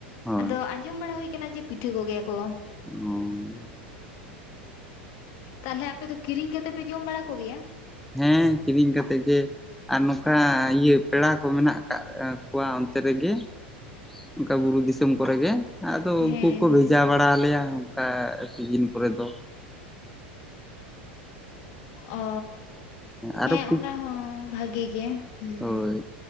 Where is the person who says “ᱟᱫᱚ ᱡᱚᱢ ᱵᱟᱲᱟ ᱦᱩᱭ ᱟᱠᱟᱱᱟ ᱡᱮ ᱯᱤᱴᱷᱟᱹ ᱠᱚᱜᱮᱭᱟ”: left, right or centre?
Left